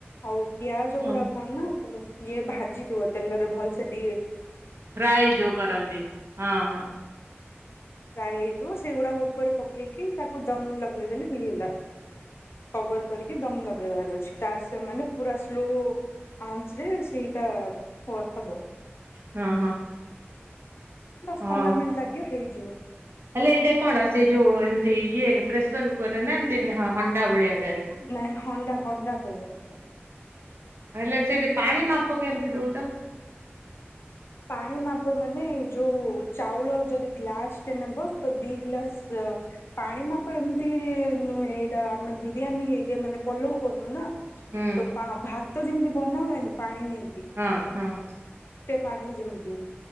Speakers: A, on the left; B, on the right.
A: ଆଉ ପିଆଜ
B: ହୁଁ
A: ଗୁଡା କଣନା ଇଏ ଭାଜିଥିବ ତେଲରେ ଭଲସେ ଟିକେ।
B: ଫ୍ରାଇ ଯୋଉ କରନ୍ତି ହଁ ହଁ।
A: ଫ୍ରାଇ ହେଇଥିବ ସେଗୁଡା ଉପରେ ପକେଇ କି ତା କୁଦମ ଲଗେଇ ଦେଲେ ହେଇହେଲା କଭର କରି କିଦମ ଲଗେଇବାର ଅଛି। ତାର ସେ ମାନେ ପୁରା ସ୍ଲୋ ଆଞ୍ଚ୍ ରେ ସେଇଟା ହୁଏ ହବ।
B: ହଁ ହଁ
A: ଦଶ
B: ହଁ।
A: ପନ୍ଦର ମିନିଟ୍ ଲାଗିବ ହେଇଯିବ।
B: ହେଲେ ଏଇଟା କଣ ସେ ଯୋଉ ଏମିତି ଇଏ ପ୍ରେସର କୁକରରେ ନା ଏମତି ହଣ୍ଡା ଭଳିଆ।
A: ନାଇଁ ହଣ୍ଡା ହଣ୍ଡା କରିବା ଥରେ।
B: ହେଲେ ସେ ପାଣି ମା ତ କେମିତି ଦୋଉଚ?
A: ପାଣି ମାପ ମାନେ ଯୋଉ ଚାଉଳ ଯଦି ଗ୍ଲାସଟେ ନେବ ତ ଦିଇ ଗ୍ଲାସ ପାଣି ମାପ ଏମିତି ନୁହେଁ ଏଇଟା ଆମେ ବିରିୟାନୀଇ ଇଏ ମାନେ ପଲୋଉ କରନୁ ନା।
B: ହୁଁ
A: ତ ପା ଭା ତ ଯେମିତି ବନା ହୁଏନି ପାଣି ନି
B: ହଁ ହଁ।
A: ପାଣି ଯେମିତି।